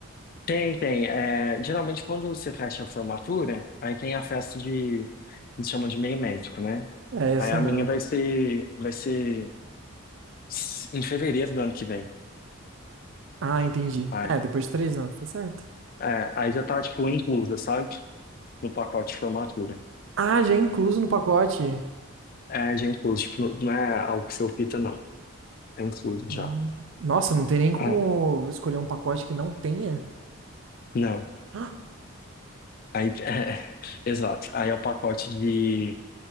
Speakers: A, on the left; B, on the right.
A: Tem, tem. É, geralmente, quando você fecha a formatura, aí tem a festa de, eles chamam de meio médico, né?
B: É essa
A: Aí a
B: mesmo.
A: minha vai ser, vai ser s- em fevereiro do ano que vem.
B: Ah, entendi.
A: Aí,
B: É, depois de três anos, tá certo.
A: é, aí já tá, tipo, inclusa, sabe? No pacote de formatura.
B: Ah, já é incluso no pacote.
A: É, já é incluso, tipo, não não é algo que você opta, não. É incluso já.
B: Hum. Nossa, não tem nem como
A: Ah,
B: escolher um pacote que não tenha?
A: não.
B: <gasps>
A: Aí, <laughs> é, exato. Aí é o pacote de